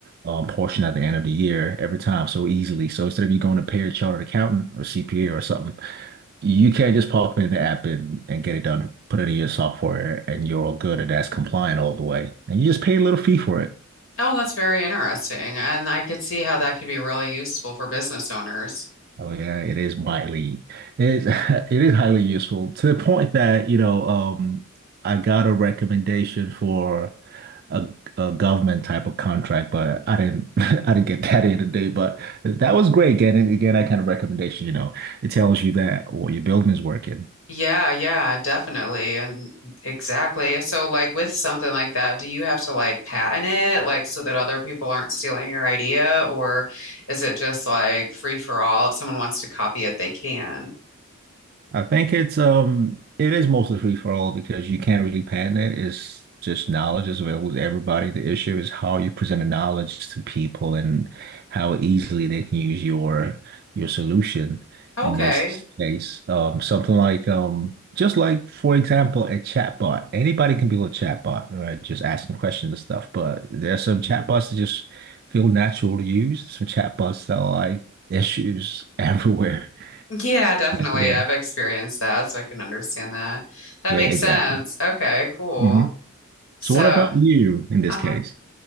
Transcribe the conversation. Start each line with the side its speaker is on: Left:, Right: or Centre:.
Right: um, portion at the end of the year every time so easily. So instead of you going to pay a chartered accountant or CPA or something you can't just pop in the app and, and get it done. Put it in your software and you're all good and that's compliant all the way. And you just pay a little fee for it.
Left: oh, that's very interesting. And I could see how that could be really useful for business owners.
Right: Oh yeah, it is widely it is <laughs> it is highly useful to the point that, you know, um I got a recommendation for a, a government type of contract, but I didn't <laughs> I didn't get that in today. But that was great getting again that kind of recommendation, you know. It tells you that or your building is working.
Left: Yeah, yeah, definitely. And exactly. So, like with something like that, do you have to like patent it, like so that other people aren't stealing your idea, or is it just like free for all? If someone wants to copy it, they can.
Right: I think it's um it is mostly free for all because you can't really patent it. It's just knowledge is available to everybody. The issue is how you present the knowledge to people and how easily they can use your your solution
Left: Okay.
Right: in this case. Um, something like um just like for example a chatbot. Anybody can build a chatbot, right? Just asking questions and stuff. But there's some chatbots that just feel natural to use. Some chatbots that are like issues everywhere. <laughs>
Left: Yeah, definitely.
Right: Yeah.
Left: I've experienced that, so I can understand that. That
Right: Yeah,
Left: makes
Right: exactly.
Left: sense. Okay, cool.
Right: hmm
Left: So,
Right: So what about you in this
Left: uh-huh.
Right: case?